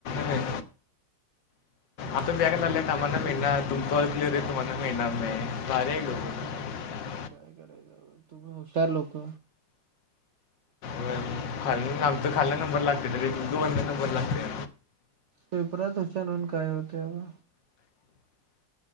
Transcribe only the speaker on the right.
काय करायचं तुम्ही हुशार लोक.
पेपरात हुशार होऊन काय होते बाबा